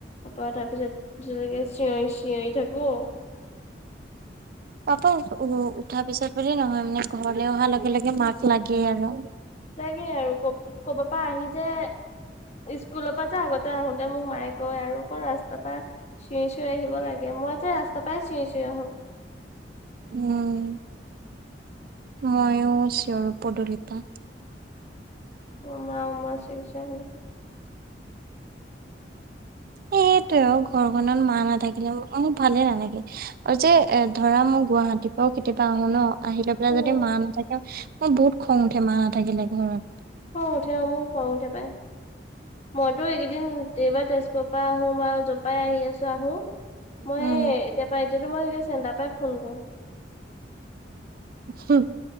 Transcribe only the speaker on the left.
অপা তাৰ পিছতে চি চিঞৰি থাকো
লাগে আৰু ক ক'বাৰ পৰা আহি যে স্কুলৰ পৰা যে আগতে আহোতে মোক মায়ে কয় আৰু অকণ ৰাস্তাৰ পৰা চিঞৰি চিঞৰি আহিব লাগে মই যে ৰাস্তা পাই চিঞি <unintelligible> আহোঁ
অমা অমা <unintelligible>
উম
খং উঠে অ মোৰ খং উঠে পায় মইতো এইকেইদিন বাৰ তেজপুৰৰ পৰা আহো বাৰু জোপাই আহি আছো আহো মই
তেতিাৰ পৰা এতিাতো মইে চেণ্টাৰ পৰাই ফোন কৰো